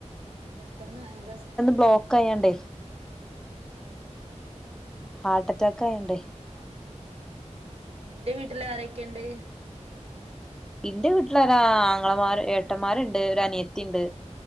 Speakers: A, on the right (about 55°); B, in the centre.
A: പെട്ടെന്ന് എന്താ
B: ബ്ലോക്ക് ആയാണ്ടേ
A: ബ്ലോക്ക് വന്ന്ട്ട് ല്ലേ ഉം ഉം
B: ഹാർട്ടറ്റാക്കായോണ്ടേ
A: ആഹ് ആഹ് ആഹ് നിന്റെ വീട്ടിലാരെക്കെണ്ട്?
B: ഇന്റെ വീട്ടിലരാ ആങ്ങളമാര് ഏട്ടമ്മാര്ണ്ട് ഒരനിയത്തിണ്ട്.